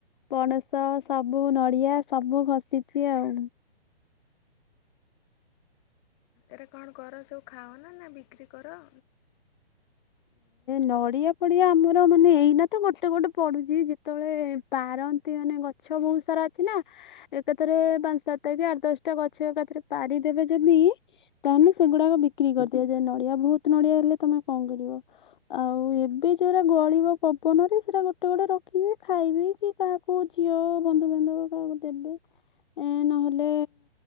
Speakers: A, on the left (about 50°); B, on the left (about 30°).
A: ପଣସ ସବୁ ନଡ଼ିଆ ସବୁ ଖସିଛି ଆଉ।
B: ଏରା କଣ କର ସବୁ ଖାଅ ନା ନା ବିକ୍ରି କର। <inaudible>
A: ନଡ଼ିଆ ପଡିଆ ଆମର ମାନେ ଏଇନା ତ ଗୋଟେ ଗୋଟେ ପଡୁଛି ଯେତେବେଳେ ପାରନ୍ତି ମାନେ ଗଛ ଅ ବହୁତୁ ସାର ଅଛି ନା ଏକାଥରେ ପାଞ୍ଚ ସାତଟା କି ଆଠ ଦଶଟା ଗଛ ଏକାଥରେ ପାରିଦେବେ ଯଦି ତମେ ସେଗୁଡାକ ବିକ୍ରି କରିଦିଆ ଯାଏ ଯେ ନଡିଆ ବହୁତ ନଡିଆ ହେଲେ ତମେ କଣ କରିବ।
B: <inaudible>
A: ଆଉ ଏବେ ଯୋଉରା ଗଳିବ ପବନରେ ସେଟା ଗୋଟେ ଗୋଟେ ରଖିବେ ଖାଇବେ କି କାହାକୁ ଝିଅ ବନ୍ଧୁବାନ୍ଧବ କାହାକୁ ଦେବେ। ଏ ନହେଲେ